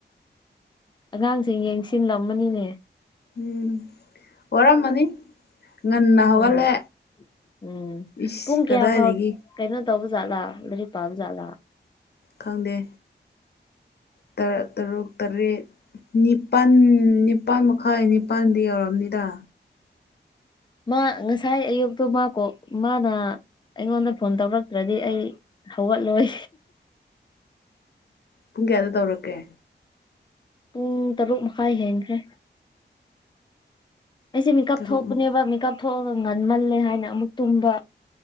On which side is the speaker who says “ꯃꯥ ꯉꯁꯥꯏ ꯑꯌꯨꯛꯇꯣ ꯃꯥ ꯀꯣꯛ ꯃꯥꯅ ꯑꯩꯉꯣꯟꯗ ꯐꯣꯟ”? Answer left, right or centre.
Left